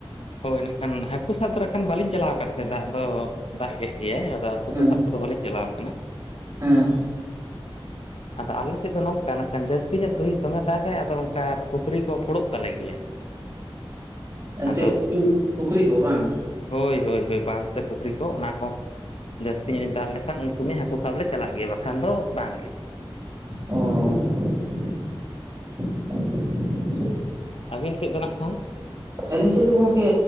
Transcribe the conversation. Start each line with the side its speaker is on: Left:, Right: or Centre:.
Left: ᱦᱳᱭ ᱱᱟᱜ ᱠᱷᱟᱱ ᱦᱟᱹᱠᱩ ᱥᱟᱵ <unintelligible> ᱱᱟᱜ ᱠᱷᱟᱱ ᱵᱟᱹᱞᱤᱧ ᱪᱟᱞᱟᱣ ᱠᱟᱱ ᱛᱟᱦᱮᱸᱫ ᱫᱟᱜ ᱫᱚ ᱫᱟᱜ ᱜᱮᱫ ᱜᱮᱭᱟᱭ ᱦᱟᱹᱠᱩ
Right: ᱦᱮᱸ
Left: ᱥᱟᱵ ᱠᱚᱫᱚ ᱵᱟᱞᱮ ᱪᱟᱞᱟᱣ ᱟᱠᱟᱱᱟ
Right: ᱦᱮᱸ
Left: ᱟᱫᱚ ᱟᱞᱮ ᱥᱮᱫ ᱫᱚ ᱱᱚᱝᱠᱟ ᱱᱟᱜ ᱠᱷᱟᱱ ᱡᱟᱹᱥᱛᱤ ᱧᱚᱜ <unintelligible> ᱫᱚᱢᱮ ᱫᱟᱜᱟᱭ ᱟᱫᱚ ᱚᱱᱠᱟ ᱯᱩᱠᱷᱨᱤ ᱠᱚ ᱯᱷᱳᱲᱚᱜ ᱛᱟᱞᱮ ᱜᱮᱭᱟ ᱟᱫᱚ
Right: ᱪᱮᱫ ᱠᱩ ᱯᱩᱠᱷᱨᱤ ᱠᱚ ᱵᱟᱝ
Left: ᱦᱳᱭ ᱦᱳᱭ ᱦᱳᱭ ᱵᱟᱸᱫ ᱥᱮ ᱯᱩᱠᱷᱨᱤᱼᱼ ᱛᱚ ᱚᱱᱟ ᱠᱚ ᱡᱟᱹᱥᱛᱤ ᱧᱚᱜ ᱫᱟᱜ ᱞᱮᱠᱷᱟᱱ ᱩᱱ ᱥᱚᱢᱚᱭ ᱦᱟᱹᱠᱩ ᱥᱟᱵ ᱞᱮ ᱪᱟᱞᱟᱜ ᱜᱮᱭᱟ ᱵᱟᱠᱷᱟᱱ ᱫᱚ ᱵᱟᱝ ᱜᱮ
Right: ᱚᱸ
Left: ᱟᱹᱵᱤᱱ ᱥᱮᱫ ᱫᱚ ᱱᱟᱜ ᱠᱷᱟᱱᱼᱼ
Right: ᱟᱹᱞᱤᱧ ᱥᱮᱫ ᱫᱚ ᱜᱚᱝᱠᱮᱼᱼ